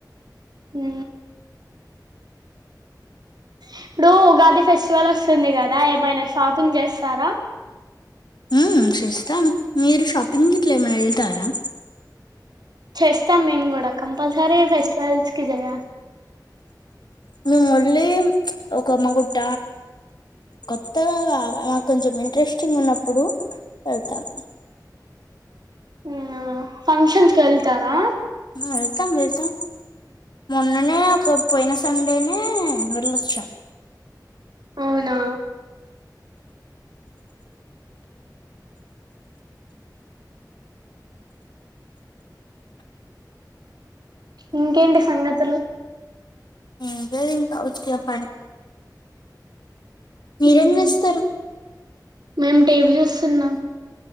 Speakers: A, on the right; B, on the left.
A: హూ అ డు ఉగాది ఫెస్టివల్ వస్ వస్తుంది కదా ఏమైనా షాపింగ్ చేస్తారా
B: ఉమ్ చేస్తాం మీరు షాపింగ్ ఇట్ల ఏమని వెళ్తారా
A: చేస్తాం మేము కూడా కంపల్సరీ ఫెస్టివల్స్ కి చేయాలి
B: మేము ఒళ్ళీ ఒక మా గుట్ట కొత్తగా మాకు కొంచెం ఇంట్రెస్టింగ్ ఉన్నప్పుడు వెళ్తాం
A: ఆ ఫంక్షన్స్ కి వెల్తారా
B: ఆ వెల్త వెల్తమ్ మొన్ అన్ననే ఒక పోయిన సండేనే నిర్లక్షం
A: అవునా ఇంకేంటి సంగతులు
B: ఏం లేదు ఇంకా వచ్చా పైనే మీరేం
A: మ్మ్.
B: చేస్తరు
A: మేము టీవ్ చూస్తున్నాం